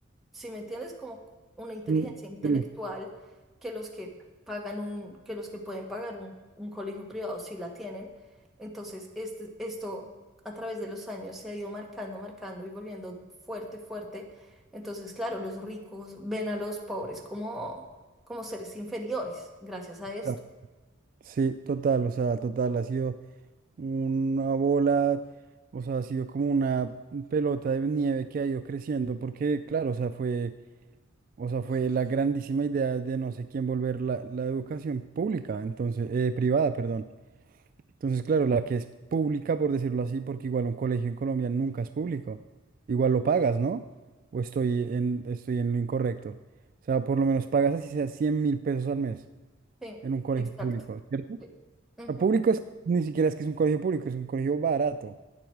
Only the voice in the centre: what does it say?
si me entiendes, como una inteligencia
intelectual
que los que pagan un, que los que pueden pagar un, un colegio privado sí la tienen. Entonces, este, esto a través de los años se ha ido marcando, marcando y volviendo fuerte, fuerte. Entonces, claro, los ricos ven a los pobres como, como seres inferiores gracias a esto.
Sí,
exacto.
Sí. Ujú,